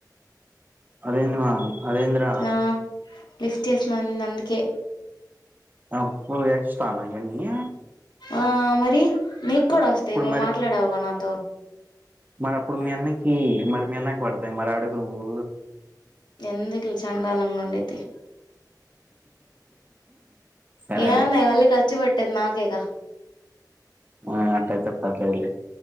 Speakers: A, on the right; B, on the left.
A: అదేందమా అదేంద్రా
B: ఆ లిఫ్ట్ చేసినా నందుకే.
A: ఆప్పు వచ్చతానా ఎన్ని
B: ఆ మరి నీక్కూడా వస్తాయి. నువ్వు
A: మరి
B: మాట్లాడావుగా నాతో!
A: మరి అప్పుడు మీ అన్నకి మరి మీ అన్నకి పడతాయి మరి అడుగు నువ్వు
B: ఎందుకులే చెండాలంగుండిద్దీ.
A: సరేలే
B: ఏ అన్నాయి మళ్ళీ ఖర్చు పెట్ పెట్టేది నాకేగా
A: ఆ అట్టయితేప్పలి